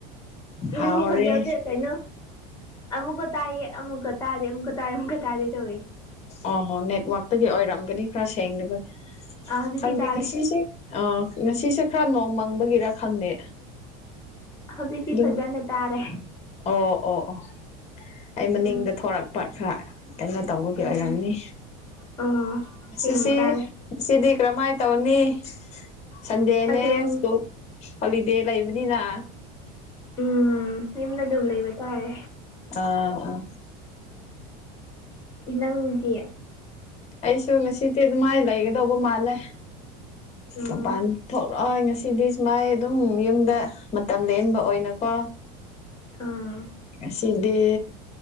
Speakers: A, on the left (about 35°); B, on the left (about 15°).
A: ꯍꯥꯎꯔꯦ
B: ꯅꯪꯒꯤ ꯈꯣꯟꯖꯦꯜꯁꯦ ꯀꯩꯅꯣ ꯑꯃꯨꯛꯀ ꯇꯥꯏꯌꯦ ꯑꯃꯨꯛꯀ ꯇꯥꯗꯦ ꯑꯃꯨꯛꯀ ꯇꯥꯏꯌꯦ ꯑꯃꯨꯛꯀ ꯇꯥꯗꯦ ꯇꯧꯋꯦ
A: ꯑꯣ ꯅꯦꯠꯋꯥꯛꯇꯒꯤ ꯑꯣꯏꯔꯝꯒꯅꯤ ꯈꯔ ꯁꯦꯡꯗꯕꯒꯤ
B: ꯑꯥ ꯍꯧꯖꯤꯛꯇꯤ
A: ꯈꯪꯗꯦ
B: ꯇꯥꯔꯦ
A: ꯉꯁꯤꯁꯦ ꯑ ꯉꯁꯤꯁꯦ ꯈꯔ ꯅꯣꯡ ꯃꯪꯕꯒꯤꯔ ꯈꯪꯗꯦ
B: ꯍꯧꯖꯤꯛꯇꯤ
A: ꯑꯗꯨꯝ
B: ꯐꯖꯅ ꯇꯥꯔꯦ
A: ꯑꯣ ꯑꯣ ꯑꯣ ꯑꯩ ꯃꯅꯤꯡꯗ
B: ꯎꯝ
A: ꯊꯣꯔꯛ ꯄꯥꯠ ꯈꯔ ꯀꯩꯅꯣ ꯇꯧꯕꯒꯤ
B: ꯎꯝ
A: ꯑꯣꯏꯔꯝꯃꯤ
B: ꯑꯥ ꯁꯦꯡꯅ
A: ꯁꯤꯁꯤ
B: ꯇꯥꯔꯦ
A: ꯉꯁꯤꯗꯤ ꯀꯔꯝꯃꯥꯏꯅ ꯇꯧꯅꯤ ꯁꯟꯗꯦꯅꯦ
B: ꯑꯗꯨꯝ
A: ꯁꯀꯨꯜ ꯍ‌ꯣꯜꯂꯤꯗ‌ꯦ ꯂꯩꯕꯅꯤꯅ
B: ꯎꯝ ꯌꯨꯝꯗ ꯑꯗꯨꯝ ꯂꯩꯕ ꯇꯥꯔꯦ
A: ꯑꯥ ꯑꯥ
B: ꯅꯪꯗꯤ
A: ꯑꯩꯁꯨ ꯉꯁꯤꯗꯤꯦ ꯑꯗꯨ ꯃꯥꯏ ꯂꯩꯒꯗꯧꯕ ꯃꯥꯜꯂꯦ
B: ꯎꯝ
A: ꯃꯄꯥꯟ ꯊꯣꯛꯑꯣꯏ ꯉꯁꯤꯗꯤ ꯁꯨꯃꯥꯏ ꯑꯗꯨꯝ ꯌꯨꯝꯗ ꯃꯇꯝ ꯂ‌ꯦꯟꯕ ꯑꯣꯏꯅꯀꯣ
B: ꯎꯝ
A: ꯉꯥꯁꯤꯗꯤ